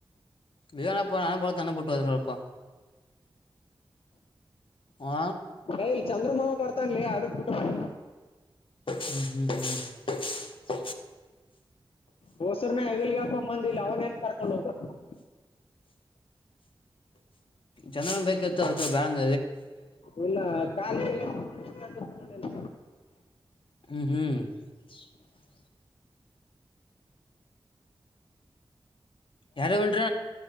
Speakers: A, on the left (about 65°); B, on the left (about 85°).
A: ಏನಪ್ಪ <unintelligible> ಪುಟ್ಟುವ ಹೇಳಪ್ಪ ಹ
B: ಏ ಇಲ್ಲಿ ಚಂದ್ರಮಾವ ಬರ್ತಾಂನಲೇ ಅದ್ರ ಊಟ ಮಾಡ
A: ಹ್ಮ್ ಹ್ಮ್ ಹ್ಮ್
B: ಹೋಸರ್ನ ಹೆಗಲ್ಗೆ ಹಾಕೊಂಡ ಬಂದಿಲ್ಲ ಅವನ ಎಲ್ಲಿ ಕರ್ಕೊಂಡ್ ಹೋಗ್ಬ
A: ಚಂದ್ರನ್ ಬೇಕಿತ್ತು ಅದ ಬ್ಯಾನ್
B: ಇನ್ನ ಕಾಲತ್ಕೊಂಡೆನ
A: ಹ್ಮ್ <inaudible> ಯಾರ ಉನ್ರ